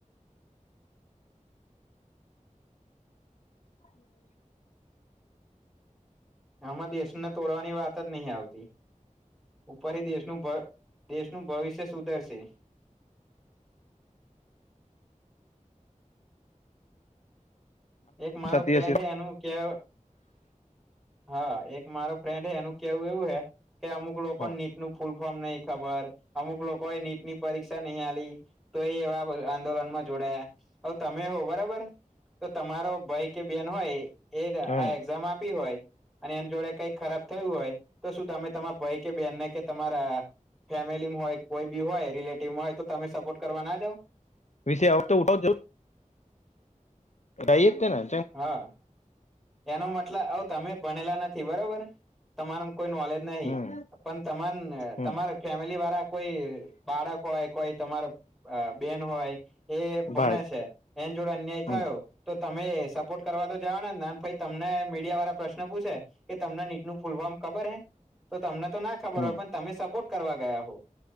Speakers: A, on the left (about 60°); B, in the centre.
A: <inaudible>
B: આમાં દેશ ને તોડવાની વાત જ નહી આવતી. ઉપર થી દેશનું દેશનું ભવિષ્ય સુધરશે. એક મારો
A: થતી
B: ફ્રેન્ડ
A: હશે
B: એનું કે હા એક મારો ફ્રેન્ડ હે એનું કેવું એવું હૈ કે અમુક લોકો
A: હમ
B: નીટ નું ફૂલ- ફોર્મ નય ખબર, અમુક લોકો એ નીટની પરીક્ષા નય આલી તો એ એવા આંદોલન માં જોડાયા તો તમે હો બરાબર. તો તમારો ભય કે બેન હોય એ
A: હમ
B: આ એક્ઝામ આપી હોય અને એને જોડે કઈ ખરાબ થયું હોય તો શું તમે તમારા ભઈ કે બેનને કે તમારા ફેમિલીમાં હોય કોઈ બી હોય રિલેટિવમાં હોય તો તમે સપોર્ટ કરવા ના જાવ.
A: વિશે આવતો <unintelligible> જવ જઈ જ કે ના
B: હા એનો મતલબ અવ તમે ભણેલા નથી બરોબર તમારા માં કોઈ નોલેજ નહી
A: હમ
B: પણ તમા
A: હમ
B: તમારે ફેમિલીવાળા કોઈ બાળક હોય, કોઈ તમાર બેન હોય એ ભણે
A: ભાઈ
B: છે, એની જોડે અન્યાય થયો
A: હમ
B: તો તમે સપોર્ટ કરવા તો જવા ને ના ભાઈ તમને મીડિયા વાળા પ્રશ્ન પૂછે કે તમને નીટ નું ફૂલ ફોર્મ ખબર હે, તો તમને તો ના ખબર
A: હમ
B: હોય પણ તમે સપોર્ટ કરવા ગયા